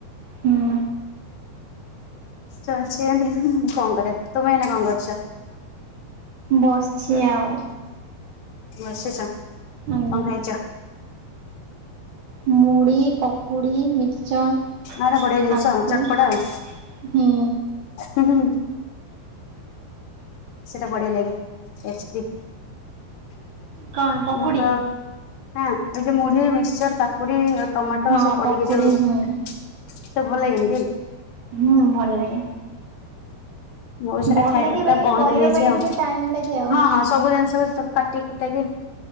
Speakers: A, on the right; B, on the left.
A: ହୁଁ।
B: ଚାଲିଛି ଏମିତି କଣ କରିବା। ତମେ ଏଇନା କଣ କରୁଛ?
A: ବସିଛି ଆଉ।
B: ବସିଛ?
A: ଆଜ୍ଞା।
B: କଣ ଖାଇଛ?
A: ମୁଡ଼ି ପ କୁଡ଼ି ମିକ୍ଚର
B: ଆରେ ବଢିଆ ଜିନିଷ
A: କାକୁଡ଼ି
B: ଚଟପଟା ଆଉ
A: ହି
B: ହୁଁ ହୁଁ। ସେଟା ବଢିଆ ଲାଗେ। ଟେଷ୍ଟୀ।
A: କ'ଣ ପକୁଡ଼ି
B: ମୁଁ ତ ହଁ ଏ ଯୋଉ ମୁଢି ମିକ୍ସଚର କାକୁଡି ଆ ଟମାଟୋ
A: ହଁ
B: ସବୁ ପଡିକି
A: ପକୁଡ଼ି
B: ଯୋଉ ସବୁ
A: ହୁଁ
B: ଭଲ ଲାଗେନି କି?
A: ହୁଁ ଭଲ ଲାଗେ।
B: ମୋର ସେଟା
A: ଭଲ
B: ଖାଇବା
A: ଲାଗେ
B: ପୁରା
A: ବାକି
B: ବନ୍ଦ
A: କରିବା
B: ହେଇଯାଇଛି
A: ପାଇଁ
B: ଆଉ।
A: ଟିକେ ଟାଇମ୍ ଲାଗେ ଆଉ।
B: ହଁ ହଁ ସବୁ ଜିନିଷପା ସବୁ କାଟିି କୁଟାକି